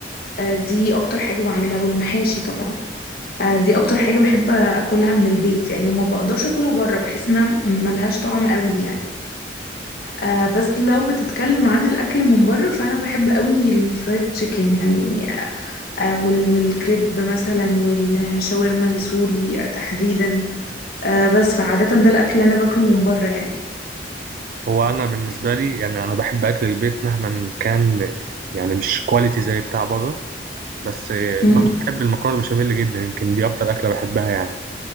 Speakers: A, on the left; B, on the right.
A: أه دي أكتر حاجة بعملها والمحاشي طبعا أه دي أكتر حاجة بحب أكلها من البيت يعني وما بقدرش أكلها بره بحس إنها ملهاش طعم قوي يعني آه بس لو بتتكلم عن الاكل من بره فانا بحب قوي الفرايد تشيكن يعني آه وال والكريب مثلا والشاورما السوري تحديدا آه بس فعاده ده الاكل اللي انا باكله من بره يعني
B: هو انا بالنسبه لي يعني انا بحب اكل البيت مهما كان يعني مش كواليتي زي بتاع بره بس
A: مم.
B: برضه بحب المكرونه البشاميل جدا يمكن دي اكتر اكله بحبها يعني